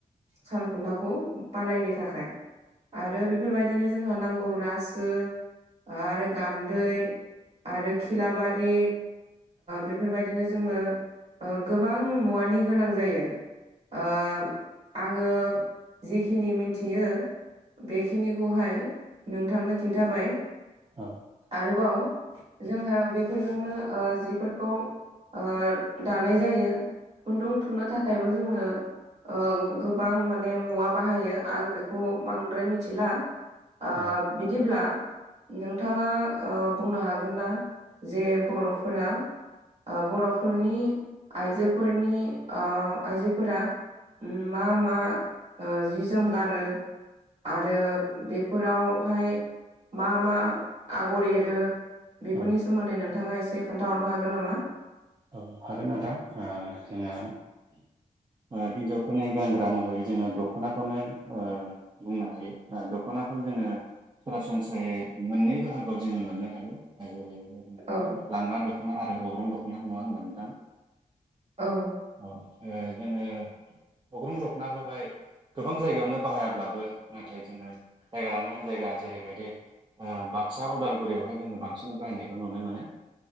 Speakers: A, on the right (about 50°); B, on the right (about 30°).
A: सालखुन्थाखौ बानायनो थाखाय। आरो बेफोरबायदिनो जोंहा नांगौ रासो आरो गान्दै आरो खिलाबारि बेफोरबायदिनो जोंनो गोबां मुवानि गोनां जायो। ओ आङो जिखिनि मिनथियो बेखिनिखौहाय नोंथांनो खिन्थाबाय।
B: औ
A: आरोबाव जोंहा बेफोरजोंनो जिफोरखौ ओ दानाय जायो खुन्दुं थुनो थाखायबो जोंनो ओ गोबां माने मुवा बाहायो आं बेखौ बांद्राय मिथिला। ओ
B: औ
A: बिदिब्ला नोंथाङा बुंनो हागोन ना जे बर'फोरा बर'फोरनि आइजोफोरनि ओ आइजोफोरा मा मा जि जोम गानो? आरो बेफोरावहाय मा मा आगर एरो बेफोरनि
B: औ
A: सोमोन्दै नोंथाङा एसे खोन्थााहरनो हागोन नामा?
B: औ हागोन नोंथां ओ जोङो ओ हिन्जावफोरनि गानग्रा महरै जोङो दख'नाखौनो ओ बुंनो हायो दख'नाखौ जोङो सरासनस्रायै मोननै बाहागोआव जोङो मोननो हायो आरो जेरै
A: औ
B: लांगा दख'ना आरो अग्रं दख'ना नङा होमबा नोंथां?
A: औ
B: औ जोङो अग्रं दखनाखौहाय गोबां जायगायावनो बाहायाब्लाबो नाथाय जोङो जायगा लानानै जायगा जेरैबायदि ओ बाक्सा उदालगुरियावहाय जोङो बांसिन बायनायखौ नुनो मोनो